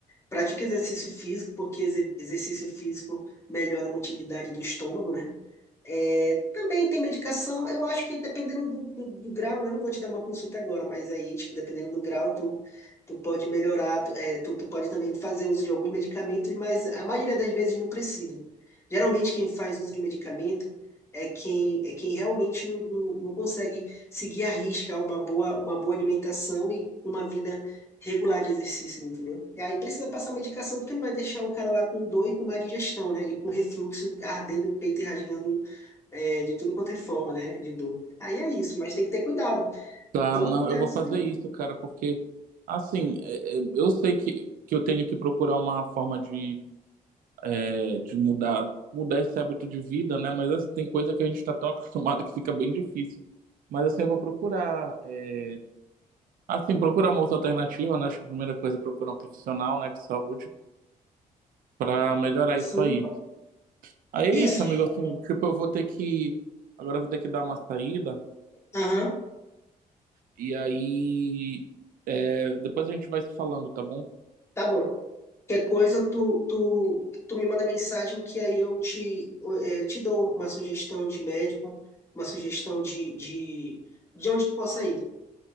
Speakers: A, on the left; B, on the right.
A: Pratique exercício físico, porque exer- exercício físico melhora a motilidade do estômago, né? É, também tem medicação, eu acho que dependendo do, do, do grau, né? Eu não vou te dar uma consulta agora, mas aí, tipo, dependendo do grau, tu, tu pode melhorar, tu, é, tu, tu pode também fazer uso de alguns medicamentos, mas a maioria das vezes não precisa. Geralmente quem faz uso de medicamento é quem, é quem realmente não, não, não consegue seguir à risca uma boa, uma boa alimentação e uma vida regular de exercício, entendeu? E aí precisa passar medicação, porque não vai deixar o cara lá com dor e com má digestão, né? E com refluxo ardendo o peito e rasgando é, de tudo quanto é forma, né? De dor. Aí é isso, mas tem que ter cuidado.
B: Tá,
A: Toma
B: não,
A: cuidado
B: eu vou
A: nisso
B: fazer
A: daí.
B: isso, cara, porque assim, é, é, eu sei que, que eu tenho que procurar uma forma de, é, de mudar mudar esse hábito de vida, né? Mas assim, tem coisa que a gente está tão acostumado que fica bem difícil. Mas assim, eu vou procurar é, Assim, procurar uma outra alternativa, né? Acho que a primeira coisa é procurar um profissional, né, de saúde para melhorar
A: Sim,
B: isso aí. Aí é
A: isso.
B: isso, amigo, assim, tipo, eu vou ter que agora eu vou ter que dar uma saída
A: Aham,
B: e aí é, depois a gente vai se falando, tá bom?
A: tá bom. Qualquer coisa, tu, tu, tu me manda mensagem que aí eu te, eh, te dou uma sugestão de médico, uma sugestão de, de, de onde tu possa ir.